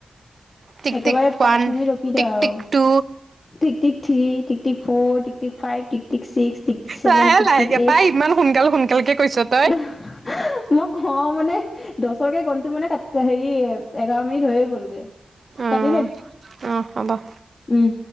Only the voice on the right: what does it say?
টিক
টিক ওৱান
tick
tick টু
লাহে
লাহেকে
পাই ইমান সোনকাল সোনকালকে কৈছ তই
অ
অ হ'ব